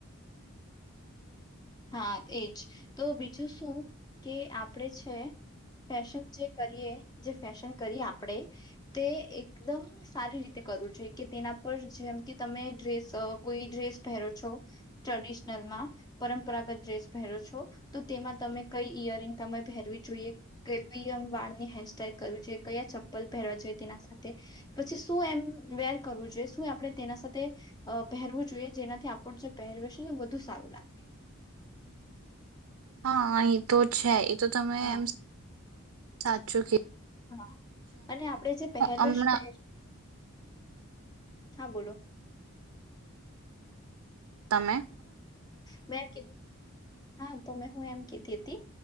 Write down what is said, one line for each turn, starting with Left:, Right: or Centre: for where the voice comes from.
Left: હા એજ, તો બીજું શું કે આપણેે છે ફેશન જે કરીએ જે ફેશન કરીએ આપડણે તે એકદમ સારી રીતે કરવું જોઈએ કે તેના પર જેમ કે તમે ડ્રેસ કોઈ ડ્રેસ--. પહેરો છો, ટ્રે--. માં, પરમ પ્રરાગત ડ્રેસ પહેરો છો. તેમાં તમે કઈ ઈયરિંગ તમે પહેરવી જોઈએ, કેવી <inaudible> વાળની હેરસ્ટાઈલ કરવી જોઈએ, કયા ચપ્પલ પહેરવા જોઈએ તેના સાથે, પછી શું એમ વેર કરવું જોઈએ, શું આપણે તેના સાથે અહ પહેરવું જોઈએ જેનાથી આપણ જો પહેરવેશ હે ને વધુ સારું લાગે.
Right: હા એ તો છે. એ તો તમે
Left: હા
Right: એમ સાચું કી
Left: હા, અને આપડે જે પહેરવેશ
Right: હમણાં
Left: પહેર હા બોલો.
Right: તમે.
Left: મે કી હા તો મેં હું એમ કેતી હતી,